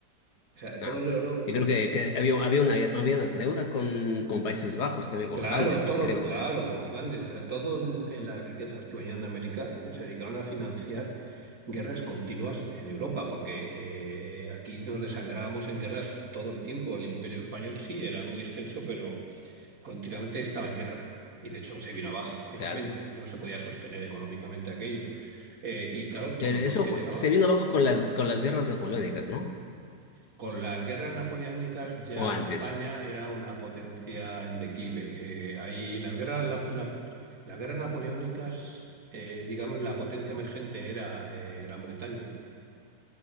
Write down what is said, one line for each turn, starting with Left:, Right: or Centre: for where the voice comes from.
Right: O sea,
Left: Ah.
Right: todo el oro,
Left: Y creo que,
Right: do-
Left: que había, había una, había una deuda con, con Países Bajos, también con
Right: claro,
Left: Flandes,
Right: todo,
Left: creo.
Right: claro, con Flandes, todas las riquezas que venían de América eh, se dedicaron a financiar guerras continuas en Europa, porque eh, aquí nos desangrábamos en guerras todo el tiempo. El Imperio Español sí era muy extenso, pero continuamente estaba en guerra y de hecho se vino abajo finalmente.
Left: Claro.
Right: No se podía sostener económicamente aquello. Eh, y claro, todo
Left: Eh,
Right: lo
Left: Eso
Right: que
Left: fue-
Right: llegaba.
Left: se vino abajo con las, con las guerras napoleónicas, ¿no?
Right: Con las guerras napoleónicas ya
Left: O antes.
Right: España era una potencia en declive. Eh, ahí las guerras, la- na- las guerras napoleónicas, eh, digamos, la potencia emergente era eh, Gran Bretaña